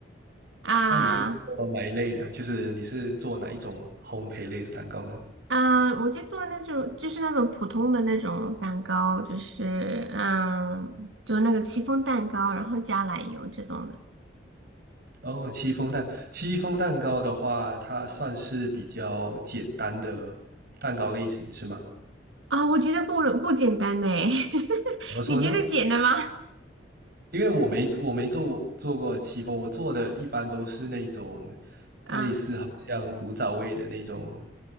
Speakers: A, on the right (about 85°); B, on the right (about 55°).
A: <laughs> 啊
B: 那你是做哪一类的啊就是你是做哪一种烘焙类的蛋糕呢？
A: 啊，我就做那种就是那种普通的那种蛋糕，就是嗯，就那个戚风蛋糕，然后加奶油这种的
B: 哦，戚风蛋，戚风蛋糕的话，它算是比较简单的蛋糕类型，是吗？
A: 啊，我觉得不不简单呢，<laughs>
B: 怎么说呢？
A: 你觉得简单吗？
B: 因为我没我没做过做过戚风，我做的一般都是那种类似好像古早味的那种
A: <laughs> 啊，